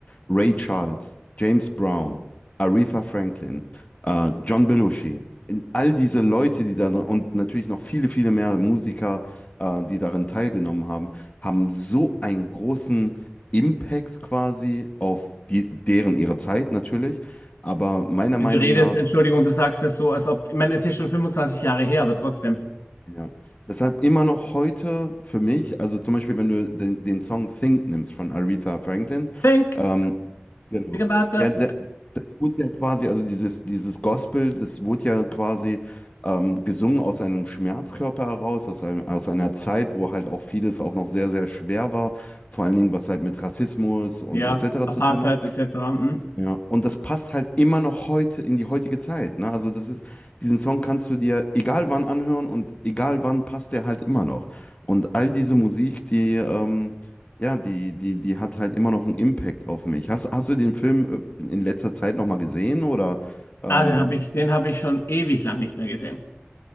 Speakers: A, on the left; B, on the left.
A: Ray Charles, James Brown, Aretha Franklin, äh, John Belushi in all diese Leute, die da und natürlich noch viele, viele mehr Musiker, äh, die darin teilgenommen haben, haben so einen großen Impact quasi auf die, deren ihre Zeit natürlich, aber meiner
B: wenn
A: Meinung
B: Du redest,
A: nach
B: Entschuldigung, du sagst das so, als ob, ich meine, es ist schon 25 Jahre her, aber trotzdem.
A: Ja. Das hat immer noch heute für mich, also zum Beispiel, wenn du den, den Song Think nimmst von Aretha Franklin,
B: Think,
A: ähm, genau.
B: think about that.
A: Ja, der, das wurde ja quasi, also dieses, dieses Gospel, das wurde ja quasi ähm, gesungen aus einem Schmerzkörper heraus, aus einem, aus einer Zeit, wo halt auch vieles auch noch sehr, sehr schwer war, vor allen Dingen, was halt mit Rassismus und
B: Ja,
A: etc.
B: Apartheid
A: zu tun hat.
B: etc. Mhm.
A: Ja, und das passt halt immer noch heute in die heutige Zeit, ne? Also das ist, diesen Song kannst du dir egal wann anhören und egal wann passt der halt immer noch. Und all diese Musik, die, ähm, ja, die, die, die hat halt immer noch einen Impact auf mich. Hast, hast du den Film äh, in letzter Zeit nochmal gesehen oder ähm,
B: Ah, den habe ich, den habe ich schon ewig lang nicht mehr gesehen.